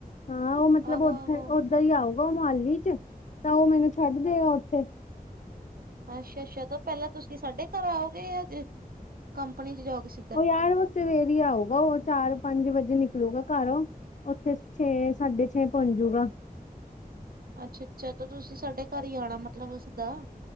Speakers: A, on the left (about 50°); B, on the right (about 70°).
A: ਹਾਂ ਉਹ ਮਤਲਬ
B: ਆਹੋ
A: ਓਥੇ
B: ਆਹੋ
A: ਸਿੱਧਾ ਹੀ ਆਊਗਾ ਮੋਹਾਲੀ ਚ, ਤਾਂ ਉਹ ਮੈਨੂੰ ਛੱਡ ਦੇਗਾ ਉੱਥੇ।
B: ਅੱਛਾ-ਅੱਛਾ, ਤਾਂ ਪਹਿਲਾਂ ਤੁਸੀਂ ਸਾਡੇ ਘਰ ਆਓਗੇ, ਜਾਂ ਕੰਪਨੀ ਚ ਜਾਓਗੇ ਸਿੱਧਾ
A: ਉਹ ਯਾਰ ਸਵੇਰ ਹੀ ਆਊਗਾ, ਉਹ ਚਾਰ ਪੰਜ ਵਜੇ ਨਿਕਲੂਗਾ ਘਰੋ ਉੱਥੇ ਛੇ, ਸਾਢੇ ਛੇ, ਪਹੁੰਚ ਜਾਊਗਾ।
B: ਅੱਛਾ-ਅੱਛਾ, ਤਾਂ ਤੁਸੀਂ ਸਾਡੇ ਘਰ ਹੀ ਆਉਣਾ ਮਤਲਬ ਸਿੱਧਾ।